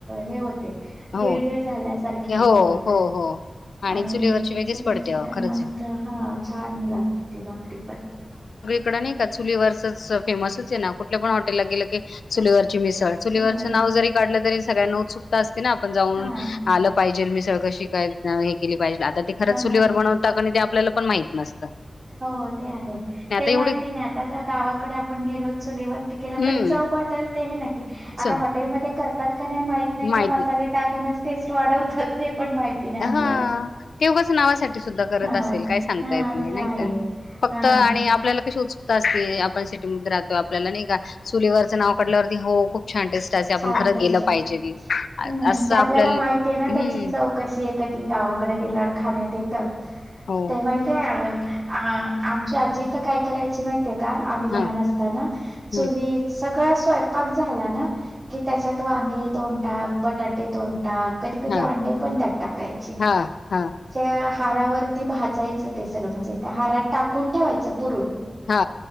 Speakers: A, on the right; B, on the left.
A: हे हो
B: हो,
A: गिळघिळ झाल्यासारखी होते
B: हो,
A: भाकरी
B: हो, हो
A: आणि
B: चुलीवरची वेगळीच
A: चुलीवरची
B: पडते
A: एकदम
B: अहो, खरंच
A: मस्त
B: आहे.
A: हा छान लागते ती भाकरी पण
B: कड नाही का चुली वरचच फेमसच आहे ना कुठल्या पण लगे लगे चुलीवर मिसळ चुली
A: चुलीवरची.
B: वरच नाव जरी काढल तरी सगळ्याना उत्सुकता असते ना पण जाऊन
A: हा
B: आल पाहिजे मिसळ पाशी हे काय हे केली पाहिजे आता तर ते खरच
A: हो
B: चुलीवर
A: ना हो ना
B: बनवता कणी ते आपल्याला पण माहित नस
A: हो ते आहे ते
B: एवढी
A: माहिती नाही आता गावाकडे आपण गेलो चुलीवरती केल
B: हं,
A: पण चव बदलते हे नक्की आता
B: च
A: हॉटेलमध्ये नाही माहत नाही
B: माहिती
A: का मसाले टाकूनच टेस्ट वाढवतात. ते पण माहिती नाही
B: हा
A: आपल्याला.
B: ते उगच नावासाठी ते सुद्धा करत
A: नावासाठी
B: असेल काही सांगता
A: हा
B: येत नाही
A: ते
B: नाही
A: आहे
B: का फक्त
A: हा
B: आणि आपल्याला कशी उत्सुक तेच की, आपण सिटीमध्ये राहतोय आपल्याला नाही का चुलीवरचं नाव काढल्यावर हो खूप छान टेस्ट असे आपण
A: छान
B: खर
A: टेस्ट
B: गेलं
A: असते.
B: पाहिजे, क
A: हम्म
B: असं
A: ते
B: आपल्याला
A: माहिती आहे ना
B: हम्
A: त्याची चव कशी हाय एखादी गावाकडे गेल्यावर खाण्यात येतं.
B: हो
A: ते माहिती अ आमची आजी तर काय करायची माहिती ते का, आम्ही लहान
B: हा
A: असताना चुली
B: हम्म
A: सगळा स्वंयपाक झाला ना की त्याच्यात वांगे दोन टाक, बटाटे दोन हा कधी कधी
B: हा
A: अंडे पण त्यात टाकायचे
B: हा हा
A: त्या हारावरती भाजायचं ते सगळ, म्हणजे त्या हारात टाकून ठेवायचं पुरण.
B: हा